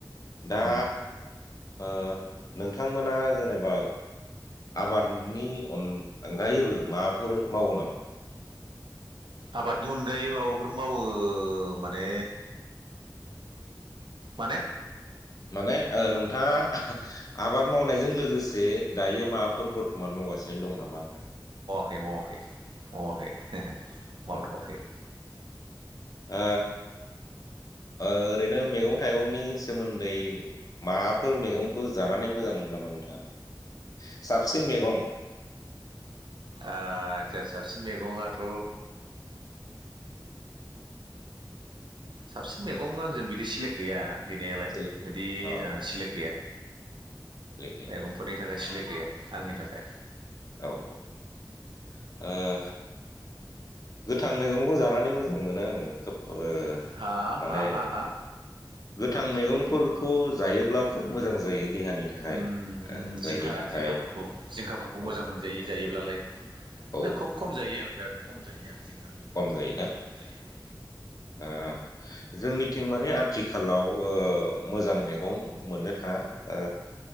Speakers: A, on the left; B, on the right.
A: दा
B: उम
A: ओ नोंथांमोना जेनेबा आबादनि अन अनगायैबो माबाफोर मावो नामा
B: आबादनि अनगायै माबाफोर मावो माने माने
A: माने ओ नोंथाङा आबाद मावनायजों लोगोसे दायो माबाफोर बर्थ'मान मावगासिनो दं नामा होनना
B: ए मावाखै मावाखै मावथ'वाखै
A: औ ओ ओ ओरैनो मैगं थाइगंनि सोमोन्दै माबाफोर मैगंखौ जानानै मोजां मोनो नामा नों थाङा साबसिन मैगं
B: आदसा साबसिन मैगङाथ' साबसिन मैगं आंजों बिदि सिलेक्ट गैया गैनायालाय
A: सोलियो
B: बिदि
A: अ
B: सिलेक्ट गैया
A: सोलियो
B: मैगंफोरनि थाखाय सिलेक गैया आंनि थाखाय
A: औ औ ओ गोथां मैगंखौ जानानै मोजां मोनो आङो खोब ओ
B: हा
A: माने
B: हा हा हा
A: गोथां मैगंफोर खौ जायोब्ला खोब मोजां जायो देहानि थाखाय
B: उम
A: ओ जायनि
B: जिंखा
A: थाखाय
B: जिंखाफोरखौ जिंखाफोरखौ
A: औ
B: मोजां मोनजायो जायोब्लालाय
A: औ
B: नों खुब खम जायो आं बिराद खम जायो आं मैगंफोरखौबो
A: खम जायोना
B: बिराद खम जायो
A: ओ जोंनि थिं माने आथिखालाव ओ मोजां मैगं मोननो थाङा